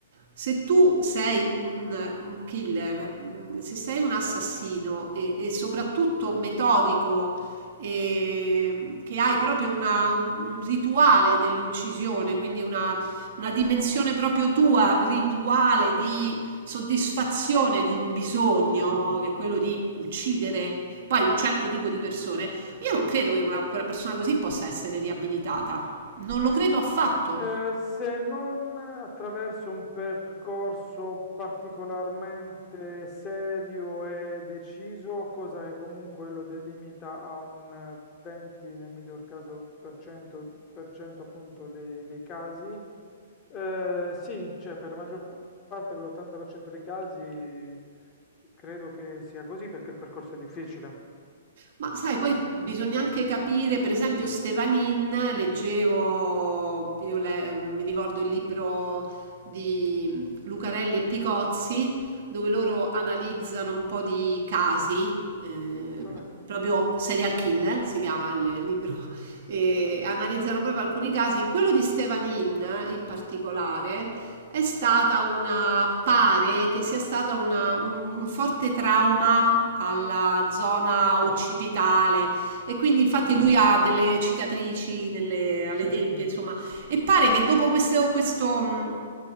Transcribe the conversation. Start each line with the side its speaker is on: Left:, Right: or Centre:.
Right: Se tu sei un, un killer, mh, se sei un assassino e, e soprattutto metodico, e mm, che hai proprio una- un, un rituale nell'uccisione, quindi una, una dimensione proprio tua, rituale di soddisfazione di un bisogno,
Left: Sì,
Right: che è quello di uccidere poi un certo tipo di persone, io non credo che una, quella persona così possa essere riabilitata. Non lo credo affatto.
Left: Eh, se non attraverso un percorso particolarmente serio e deciso, cosa che comunque lo delimita a un eh, 20, nel miglior caso, per cento, per cento appunto dei, dei casi, eh, sì, cioè per la maggior parte, per l'80% dei casi, credo che sia così perché il percorso è difficile.
Right: Ma sai, poi bisogna anche capire, per esempio, Stevanin, leggevo, io le- mi ricordo il libro di Lucarelli e Picozzi, dove loro analizzano un po' di casi, eh,
Left: Cioè,
Right: proprio Serial Killer si chiama il libro, <laughs> e analizzano proprio alcuni casi. Quello di Stevanin, in particolare, è stata una, pare che sia stata una- un, un forte trauma alla zona
Left: sì,
Right: occipitale e quindi infatti
Left: certo,
Right: lui ha delle cicatrici nelle-
Left: sì,
Right: alle
Left: sì.
Right: tempie, insomma, e pare che dopo questo, questo, mh,